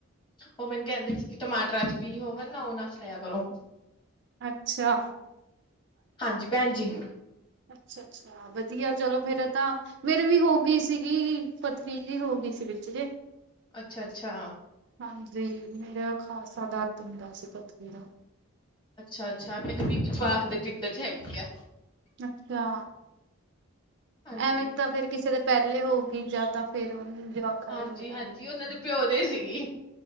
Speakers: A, on the left (about 20°); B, on the right (about 50°).
A: ਉਹ ਮੈਨੂੰ ਕਹਿੰਦੇ ਸੀ ਕਿ ਟਮਾਟਰਾਂ ਬੀ ਹੋਵੇ ਨਾ ਉਹ ਨਾ ਖਾਇਆ ਕਰੋ
B: ਅੱਛਾ
A: ਹਾਂਜੀ ਭੈਣ ਜੀ
B: ਅੱਛਾ-ਅੱਛਾ ਅੱਛਾ ਵਧੀਆ ਚਲੋ ਫੇਰ ਤਾਂ ਮੇਰੇ ਵੀ ਹੋ ਗਈ ਸੀਗੀ ਪਥਰੀ ਜੀ ਹੋ ਗਈ ਸੀ ਵਿੱਚ ਜੇ
A: ਅੱਛਾ-ਅੱਛਾ
B: ਹਾਂਜੀ ਮੇਰਾ ਖਾਸਾ ਦਰਦ ਹੁੰਦਾ ਸੀ ਪਥਰੀ ਦਾ
A: ਅੱਛਾ ਅੱਛ ਅੱਛਾ ਮੇਰੇ ਵੀ ਇੱਕ ਚਵਾਕ ਦੇ ਟਿੱਡ ਚ ਹੈਗੇ ਗੀ ਆ
B: ਅੱਛਾ
A: ਹਾਂਜੀ।
B: ਐਵੇਂ ਤਾਂ ਫੇਰ ਕਿਸੇ ਦੇ ਪਹਿਲੇ ਹੋਊਗੀ ਜਾਂ ਤਾਂ ਫੇਰ ਉਹਨੂੰ ਜਵਾਕਾਂ
A: ਹਾਂਜੀ-ਹਾਂਜੀ
B: ਦੇ ਹੋ ਜਾਂਦੀ ਆ
A: ਉਹਨਾਂ ਦੇ ਪਿਓ ਦੇ ਸੀਗੀ